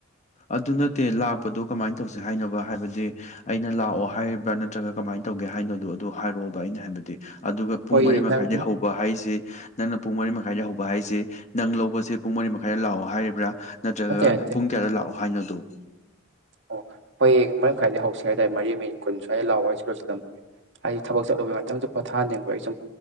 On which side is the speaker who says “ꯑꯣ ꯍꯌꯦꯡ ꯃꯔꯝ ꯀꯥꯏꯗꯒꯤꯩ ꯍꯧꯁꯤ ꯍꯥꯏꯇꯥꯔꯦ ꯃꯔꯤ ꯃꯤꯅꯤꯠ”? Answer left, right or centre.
Right